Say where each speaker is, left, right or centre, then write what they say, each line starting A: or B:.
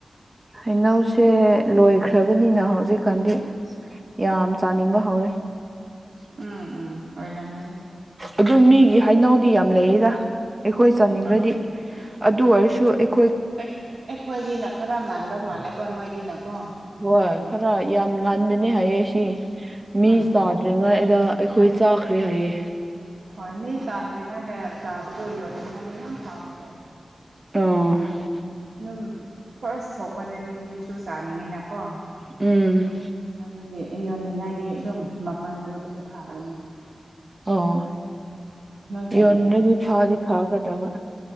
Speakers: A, on the right; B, on the right.
A: ꯍꯩꯅꯧꯁꯦ
B: ꯎꯝ
A: ꯂꯣꯏꯈ꯭ꯔꯕꯅꯤꯅ ꯍꯧꯖꯤꯛꯀꯥꯟꯗꯤ ꯌꯥꯝ ꯆꯥꯅꯤꯡꯕ ꯍꯧꯔꯦ <inaudible>
B: ꯎꯝ ꯎꯝ ꯑꯣꯏꯔꯝꯒꯅꯤ
A: ꯑꯗꯨ ꯃꯤꯒꯤ ꯍꯩꯅꯧꯗꯤ ꯌꯥꯝ ꯂꯩꯌꯦꯗ ꯑꯩꯈꯣꯏ ꯆꯥꯅꯤꯡꯔꯗꯤ
B: ꯑꯥ
A: ꯑꯗꯨ ꯑꯣꯏꯔꯁꯨ ꯑꯩꯛ
B: ꯑꯩꯛ ꯑꯩꯈꯣꯏꯒꯤꯅ ꯈꯔ ꯉꯥꯟꯕ ꯃꯥꯜꯂꯦꯀꯣ ꯅꯣꯏꯒꯤꯅꯀꯣ
A: ꯍꯣꯏ ꯈꯔ ꯌꯥꯝ ꯉꯥꯟꯕꯅꯦ ꯍꯥꯏꯌꯦ ꯁꯤ
B: ꯎꯝ
A: ꯃꯤ ꯆꯥꯗ꯭ꯔꯤ
B: ꯎꯝ
A: ꯗ꯭ꯔꯤ ꯉꯩ ꯑꯗ ꯑꯩꯈꯣꯏ ꯆꯥꯈ꯭ꯔꯦ ꯍꯥꯏꯌꯦ
B: ꯍꯣꯏ ꯃꯤ ꯆꯥꯗ꯭ꯔꯤꯉꯩꯗ ꯆꯥꯕꯗꯣ ꯌꯣꯟꯅꯤꯡꯉꯗꯤ ꯌꯥꯝ ꯐꯕꯅꯦ
A: <unintelligible>
B: ꯅꯨꯝ ꯐꯔꯁ ꯊꯣꯛꯄꯗꯗꯤ ꯃꯤꯁꯨ ꯆꯥꯅꯤꯡꯉꯦꯅꯀꯣ
A: ꯎꯝ
B: ꯑꯗꯨꯒꯤ ꯌꯣꯟꯅꯤꯡꯉꯥꯏꯗꯤ ꯗꯨꯝ ꯃꯃꯟꯗꯣ ꯗꯨꯝ ꯐꯥꯕꯅꯦ
A: ꯑꯣ
B: ꯅꯣꯏꯅ
A: ꯌꯣꯟꯔꯗꯤ ꯐꯥꯗꯤ ꯐꯥꯒꯗꯕ